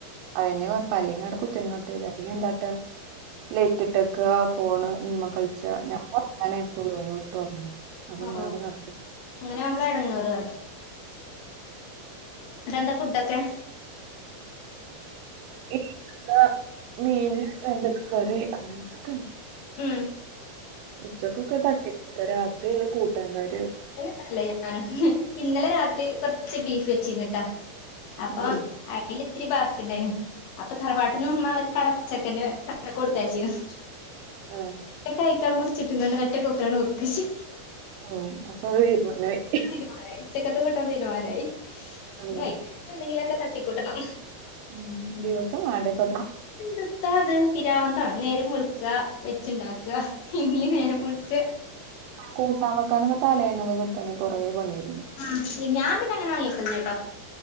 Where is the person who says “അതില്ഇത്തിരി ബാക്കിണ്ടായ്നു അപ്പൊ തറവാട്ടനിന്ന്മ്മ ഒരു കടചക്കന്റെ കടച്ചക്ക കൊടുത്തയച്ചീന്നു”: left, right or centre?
Left